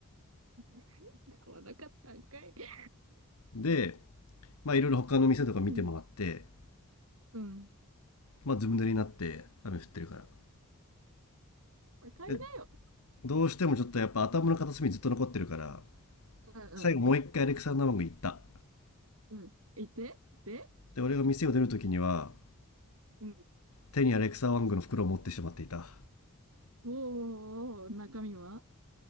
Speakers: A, on the right; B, on the left.
A: <laughs> 買わなかったんかい。<laughs>
B: でまあいろいろ他の店とか見て回って
A: うん。うん
B: まあずぶ濡れになって雨降ってるから
A: 買いなよ。
B: でどうしてもちょっとやっぱ頭の片隅にずっと残ってるから
A: うんうんうんう
B: 最後もう一回アレクサンダーマンゴー行った
A: ん。うん。いてで
B: で俺が店を出る時には
A: うん。
B: 手にアレクサワングの袋を持ってしまっていた
A: おーおーおー、中身は